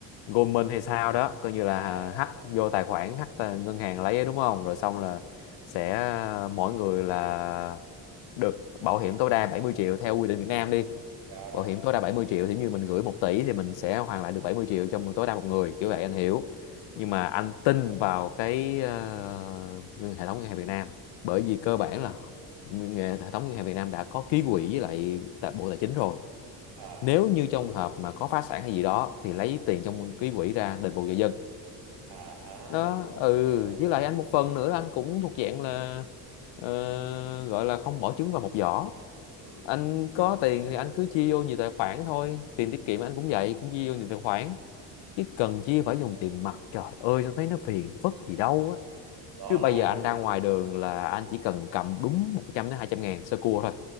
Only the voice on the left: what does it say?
Goldman hay sao đó coi như là
hack vô tài khoản hack tài- ngân hàng lấy ấy, đúng không rồi xong
là sẽ ờ, mỗi người là được bảo hiểm tối đa 70 triệu theo quy định Việt Nam đi
bảo hiểm tối đa 70 triệu thì như mình gửi một tỷ thì mình sẽ hoàn lại được 70 triệu cho tối đa một người kiểu vậy
anh hiểu nhưng mà anh tin vào cái ờ, hệ thống ngân hàng Việt Nam bởi
vì
cơ bản là nguyên- hệ thống ngân hàng Việt Nam đã có ký quỹ với lại tại Bộ Tài chính rồi
nếu như trong hợp mà có phá sản hay gì đó thì lấy tiền trong ký quỹ ra đền bù cho dân
đó ừ
với lại anh một phần nữa là anh cũng thuộc dạng là ờ, gọi là không bỏ trứng vào một giỏ
anh có tiền thì anh cứ chia vô nhiều tài khoản thôi tiền tiết kiệm anh cũng vậy cũng chia vô nhiều tài khoản chứ cần chia phải dùng tiền mặt trời ơi anh thấy nó phiền vất gì đâu á
cứ
bây
giờ anh ra ngoài đường là anh chỉ cần cầm đúng 100 đến 200 ngàn sơ cua thôi